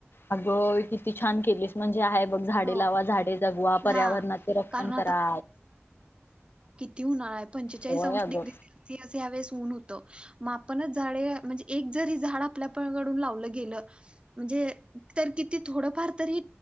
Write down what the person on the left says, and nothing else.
अगं! किती छान केलीस. म्हणजे हाय बघं झाडे
लावा, झाडे जगवा पर्यावरणाचे
रक्षण
करा.
होय
अगं